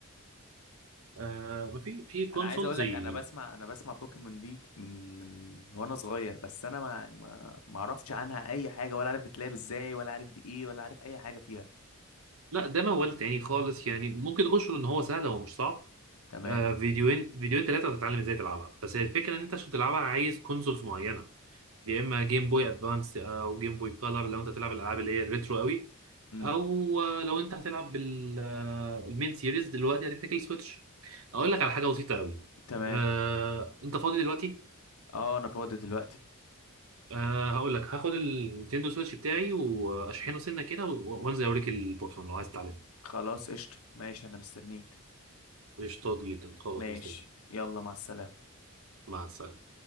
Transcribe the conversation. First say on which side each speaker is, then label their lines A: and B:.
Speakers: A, on the right; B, on the left.
A: آه ما في في كونسول
B: انا عايز اقول
A: زي
B: لك انا بسمع انا بسمع بوكيمون دي من من وانا صغير بس انا ما يعني ما ما اعرفش عنها اي حاجه ولا عارف بتلعب ازاي ولا عارف دي ايه ولا عارف اي حاجه فيها
A: لا ده موال تاني خالص يعني ممكن تخش ان هو سهل هو مش صعب
B: تمام
A: آه، فيديوين فيديوين ثلاثة هتتعلم ازاي تلعبها بس هي الفكرة ان انت عشان تلعبها عايز كونسولز معينة يا اما جيم بوي ادفانس او جيم بوي كولر لو انت هتلعب الالعاب اللي هي الريترو قوي
B: امم
A: او آه، لو انت هتلعب بالمين سيريز دلوقتي هتحتاج السويتش اقول لك على حاجة بسيطة قوي
B: تمام
A: أه... انت فاضي دلوقتي
B: اه انا فاضي دلوقتي
A: أه... هقول لك هاخد النينتندو سويتش بتاعي واشحنه سنة كده و- وانزل اوريك البوكيمون لو عايز تتعلمه
B: خلاص قشطه ماشي انا مستنيك
A: قشطات جدا خلاص
B: ماشي
A: مستني
B: يلا مع السلامه
A: مع السلامة